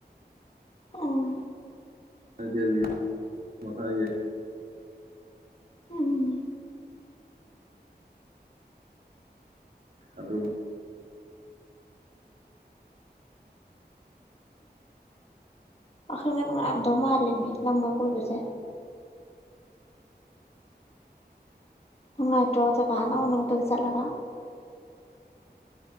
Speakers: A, on the left; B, on the right.
A: ꯑ
B: ꯃ ꯗꯜꯂꯤ ꯃꯈꯊꯥꯏ
A: ꯎꯝ
B: ꯑꯗꯨ
A: ꯄꯥꯈꯜꯒ ꯉꯥꯟꯗꯧ ꯃꯥꯜꯂꯦꯅꯦ ꯂꯝꯒ ꯀꯣꯏꯕꯁꯦ ꯎꯉ ꯆꯀꯅ ꯎꯅꯇꯒ ꯆꯠꯂ